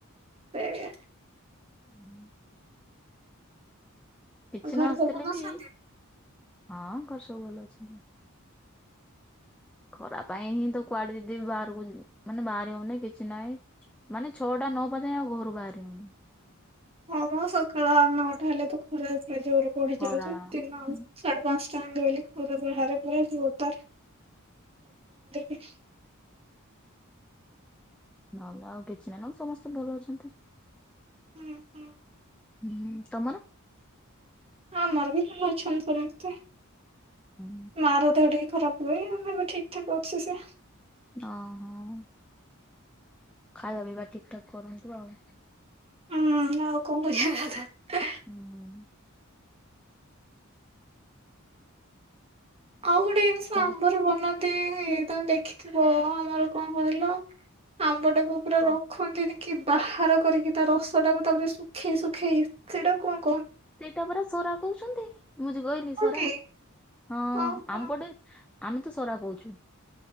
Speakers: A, on the right (about 30°); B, in the centre.
A: ସେଇଆ।
B: <inaudible> କିଛି
A: ଘରେ
B: ନ ଆସୁଥିଲେ
A: ସବୁ ଭଲ
B: ବି
A: ଅଛନ୍ତି?
B: ହଁ ଘରେ ସବୁ ଭଲ ଅଛନ୍ତି। ଖରା ପାଇଁ ହିଁ ତ କୁଆଡେ ଦିଦିି ବାହାରକୁ ଯ ମାନେ ବାହାରି ହଉନି କିଛି ନାହିଁ। ମାନେ ଛଅଟା ନ ହବା ଯାଏଁ ଆଉ ଘରୁ ବାହାରି ହଉନି।
A: ହଁ ମ ସକାଳ ନଅଟା ହେଲେ ତ ଖରା ପୁରା ଜୋରେ ପଡି
B: ଖରା
A: ଯାଉଛି। ଦିନ
B: ହୁଁ।
A: ସାଢ଼େ ପାଞ୍ ଚାଲି ଆଇଲି ଖରା ବାହାରେ ପୁରା ଜୋରଦାର <unintelligible>
B: ନହେନେ ଆଉ କିଛି ନାହିଁ। ନହେଲେ ସମସ୍ତେ ଭଲ ଅଛନ୍ତି।
A: ଉଁ ଉଁ।
B: ଉଁ ତମର।
A: ଆମର ବି ଭଲ ଅଛନ୍ତି ସମସ୍ତେ।
B: ହୁଁ
A: ମା ର ଦେହ ଟିକେ ଖରାପ ହୁଏ। ଏବେ ଠିକ୍ ଠାକ୍ ଅଛି ସେ।
B: ଅ ହ-ଅ। ଖାଇବା ପିଇବା ଠିକ୍ ଠାକ୍ କରନ୍ତୁ ଆଉ।
A: ହୁଁ ଆଉ କଣ କରିବା କଥା।
B: ହୁଁ
A: ଆଉ ଗୋଟେ ଜିନିଷ
B: ସବୁ
A: ସାମ୍ବରରେ ବନାନ୍ତି-ଇ-ଇ। ଏଇ ତ ଦେଖିଥିବ ଆମର କଣ କହିଲ ଆମ୍ କପଡ଼ାକୁ ପୁରା
B: କ
A: ରଖନ୍ତିନି କି ବାହାର କରିକି ତା ରସ ଟାକୁ ତାପରେ ଶୁଖେଇ ଶୁଖେଇ ସେଇଟାକୁ କନ୍
B: ସେଇଟା ପରା ସରା କହୁଛନ୍ତି ମୁଁ ଯେ ଗୋ କଇଲି
A: କଣ
B: ସରା
A: କି
B: ହଁ
A: ଓହୋ
B: ଆମପଟେ ଆମେ ତ ସରା କଉଚୁ।